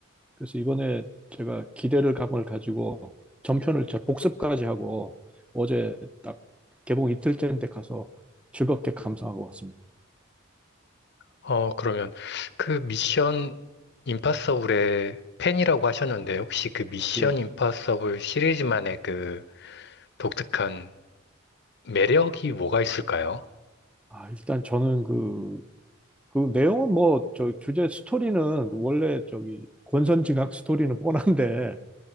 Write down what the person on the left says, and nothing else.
어, 그러면 그 미션 임파서블의 팬이라고 하셨는데 혹시 그 미션
임파서블 시리즈만의 그 독특한 매력이 뭐가 있을까요?